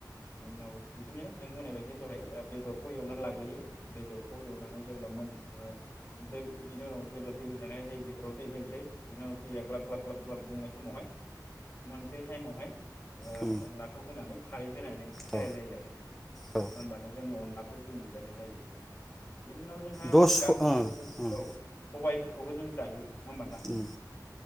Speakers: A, on the left (about 25°); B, in the centre.
A: बेनि उनाव बिदिनो नों बुंनाय बायदि दहाय ओ बेदर एवनानै लाग्रोयो बेदरखौ एवनानै जेब्ला मोनहां ओ दै बिनि उनाव जेब्ला दै होज जानाय जायो बेदराव दै होनोसै। बिनि उनाव दैया ग्लाब ग्लाब ग्लाब ग्लाब दुंनाय समावहाय मोनसे टाइमावहाय ओ
B: उम
A: अनलाखौ होनानै खा खारै होनानै होनाय
B: औ
A: जायो आरो
B: औ ओ
A: होनबानो जोंनि अनला खौ जों मोनजानाय जायो। बिनि उनाव जोंहा
B: दस
A: गामियाव
B: ओं
A: जों
B: उम
A: औ सबायफोर खौबो जों जायो। नङा ओमबा नोंथां
B: उम